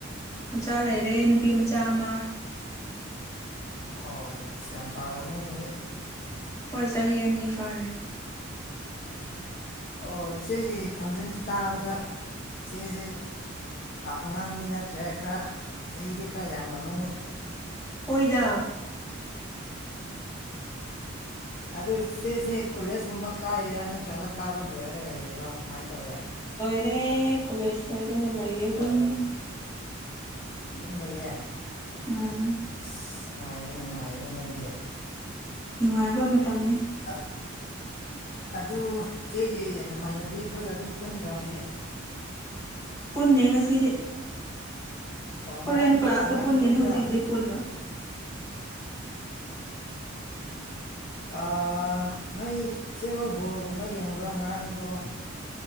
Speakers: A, on the left (about 15°); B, on the left (about 45°).
A: ꯃꯆꯥ ꯂꯩꯔꯦ ꯅꯨꯄꯤ ꯃꯆꯥ ꯑꯃ
B: ꯑꯣ ꯁꯤ ꯌꯥꯝ ꯆꯥꯎꯔꯃꯅꯤ ꯑꯗꯨꯗꯤ
A: ꯍꯣꯏ ꯆꯍꯤ ꯑꯅꯤ ꯐꯥꯔꯦ
B: ꯑꯣ ꯆꯦꯒꯤ ꯈꯣꯟꯖꯦꯜꯁꯤ ꯇꯥꯕꯗ ꯆꯦꯁꯦ ꯑꯉꯥꯡꯗꯤ ꯅꯠꯇ꯭ꯔꯦ ꯈꯔ ꯆꯍꯤꯗꯤ ꯈꯔ ꯌꯥꯝꯅ ꯑꯃꯅꯤ
A: ꯍꯣꯏꯗ
B: ꯑꯗꯨ ꯏꯆꯦꯁꯦ ꯀꯣꯂꯦꯖꯀꯨꯝꯕ ꯀꯥꯔꯤꯔꯥ ꯅꯠꯇ꯭ꯔꯒ ꯀꯥꯕ ꯂꯣꯏꯔꯒ ꯂꯩꯌꯦꯔꯕꯣ ꯀꯃꯥꯏꯅ ꯇꯧꯒꯦ
A: ꯍꯔꯦ ꯀꯣꯂꯦꯖ ꯂꯩꯔꯒ ꯂꯩꯌꯦ ꯑꯗꯨꯝ
B: ꯑꯣ, ꯑꯗꯨꯝ ꯂꯩꯌꯦ
A: ꯎꯝ
B: ꯑꯁ ꯅꯨꯡꯉꯥꯏꯅꯦ ꯅꯨꯡꯉꯥꯏꯅꯦ ꯅꯣꯏꯗꯤ
A: ꯅꯨꯡꯉꯥꯏꯕ ꯃꯇꯝꯅꯤ
B: ꯑ, ꯑꯗꯨ ꯆꯦꯒꯤ ꯅꯃꯥꯟꯅꯕꯤ ꯑꯩꯈꯣꯏꯒ ꯑꯗꯨꯝ ꯄꯨꯟꯗ꯭ꯔꯣ ꯉꯁꯤ
A: ꯄꯨꯟꯅꯦ ꯉꯁꯤꯗꯤ
B: ꯑꯣ ꯉꯔꯥꯡꯗꯤ
A: ꯍꯣꯔꯦꯟ ꯀ꯭ꯂꯥꯁꯇ
B: ꯉꯔꯥꯡ
A: ꯄꯨꯟꯒꯅꯤ
B: ꯄꯨꯟꯕ꯭ꯔꯥ
A: ꯍꯧꯖꯤꯛꯀꯤꯗꯤ ꯄꯨꯜꯂꯣꯏ
B: ꯑꯣ <inaudible> ꯅꯣꯏꯆꯦ ꯍꯣꯏ ꯕꯣꯜꯒꯨꯝꯕ ꯌꯦꯡꯕ꯭ꯔꯥ ꯉꯔꯥꯡꯗꯣ